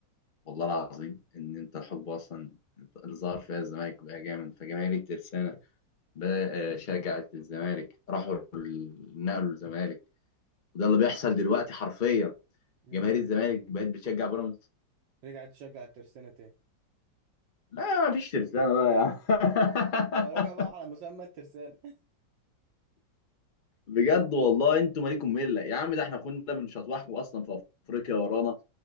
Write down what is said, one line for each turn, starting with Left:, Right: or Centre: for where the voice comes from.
Left: والله العظيم إن أنت الحقبة أصلا اللي ظهر فيها الزمالك بقى جامد فجماهير الترسانة بقى آه، شجعت الزمالك راحوا ال- نقلوا الزمالك وده اللي بيحصل دلوقتي حرفيا
Right: امم
Left: جماهير الزمالك بقت بتشجع بيراميدز
Right: رجعت تشجع الترسانه تاني
Left: لا مفيش ترسانة بقى يا عم <laughs>
Right: ما هو رجع بقى على مسمى الترسانه <laughs>
Left: بجد والله انتوا مالكم مله يا عم ده احنا كنا بنشطوحكم اصلا في افريقيا ورانا